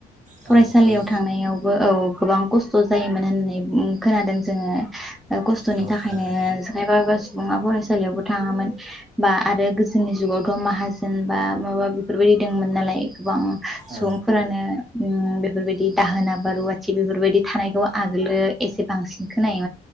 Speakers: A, on the right; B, in the centre.
A: औ
B: फरायसालियाव
A: आरो
B: थांनायावबो औ गोबां खस्थ' जायोमोन होननानै खोनादों जोंङो खस्थ'नि
A: औ
B: थाखायनो
A: खोनादों
B: जेखाइ ब्रा सुबुङा फरायसालियावबो थाङांमोन बा आरो गोज जोननि जुगावथ' माहाजोन बा माबा बेफोरबायदि दंमोन नालाय गोबां सुबुंफोरानो
A: औ
B: ओम बेफोरबायदि दाहोना बा रुवाथि बेफोरबायदि थानायखौ आगोलो एसे बांसिन खोनायो